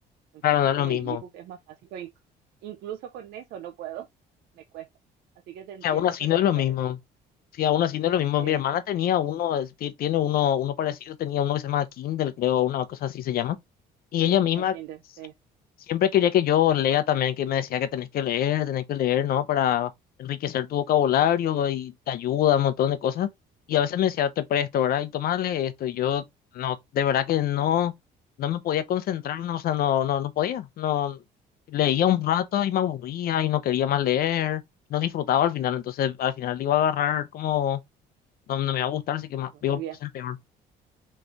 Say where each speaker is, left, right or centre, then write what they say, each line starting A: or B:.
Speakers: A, on the right; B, on the left.
A: Entonces
B: Claro, no es
A: con
B: lo mismo.
A: el ebook es más fácil, pero inc- incluso con eso no puedo, <laughs> me cuesta. Así que te entiendo
B: Que aún así
A: perfectamente.
B: no es lo mismo. Sí, aún así no es lo mismo.
A: Sí,
B: Mi
A: eh,
B: hermana tenía uno, es- ti- tiene uno, uno parecido, tenía uno que se llama Kindle, creo, una cosa así se llama. Y
A: el
B: ella misma
A: Kindle,
B: sie-
A: sí.
B: siempre quería que yo lea también, que me decía que tenés que leer, tenés que leer, ¿no? Para enriquecer tu vocabulario y te ayuda un montón de cosas. Y a veces me decía, te presto, ¿verdad? Y tomarle esto. Y yo, no, de verdad que no, no me podía concentrar, no, o sea, no, no, no podía. No, leía un rato y me aburría
A: No s-
B: y no quería más leer. No disfrutaba al final, entonces al final le iba a agarrar como, no, no me va a gustar, así que más,
A: no
B: iba
A: sabía.
B: a ser peor.